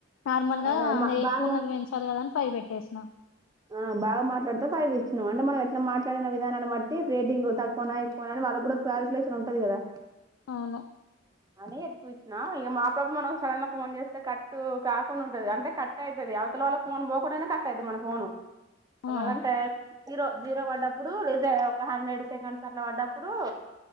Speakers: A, on the left (about 80°); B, on the right (about 20°).
A: నార్మల్ గా
B: అదే
A: ఎక్కువున్నది
B: బాగా
A: పెంచాలి కదా అని ఫై పెట్ టేస్నా
B: ఆ బా మాట్లాతే ఫైవ్ ఇచ్చా అంటే మనం ఎట్లా మాట్లాడిన విధానాన్ని బట్టి రేటింగ్ తక్కువనా ఎక్కువ అ వాళ్ళకి కూడా క్వాలికకులేషన్ ఉంటది కదా
A: అవును
B: అని ఎక్కువ ఇచ్చినా ఇక మాపబ మనం సడన్ ఫోన్ చేస్తే కట్టు కాకుండా ఉంటది అంటే కట్ అవుతుంది అవతల వాల్ల ఫోన్ పోకుండానే కట్ట అవుది మన ఫోన్ అ
A: ఆ
B: వాళ్ళంటా జీరో జీరో పడ్డప్పుడు లేద ఒక హండ్రెడ్ సెకండ్స్ అట్లా పడ్డప్పుడు